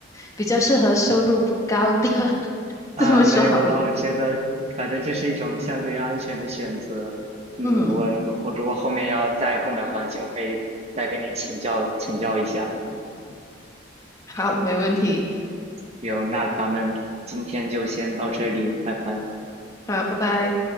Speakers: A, on the left; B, on the right.
A: 比较适合收入不高的，<laughs>
B: 啊，
A: 这么说好了。
B: 没有了。我觉得反正这是一种相对安全的选择。嗯，
A: 嗯，
B: 我如果如果后面要再购买黄金，我可以再跟你请教请教一下。
A: 好，没问题。
B: 有，那咱们今天就先到这里，拜拜。
A: 好，拜拜。